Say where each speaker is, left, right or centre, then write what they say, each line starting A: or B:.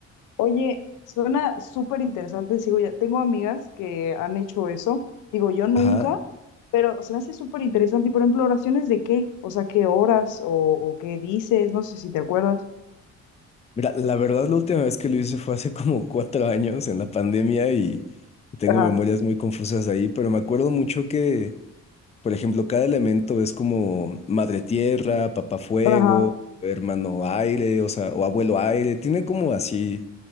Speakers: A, on the left; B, on the left.
A: Oye, suena súper interesante. Sigo ya. Tengo amigas que han hecho eso. Digo, yo nunca,
B: Ajá.
A: pero se me hace súper interesante. Y por ejemplo, oraciones de qué? O sea, ¿qué horas o, o qué dices? No sé si te acuerdas.
B: Mira, la verdad, la última vez que lo hice fue hace como cuatro años en la pandemia y y tengo
A: Ajá,
B: memorias muy confusas de ahí, pero me acuerdo mucho que, por ejemplo, cada elemento es como madre tierra, papá fuego,
A: ajá,
B: hermano aire, o sea, o abuelo aire, tiene como así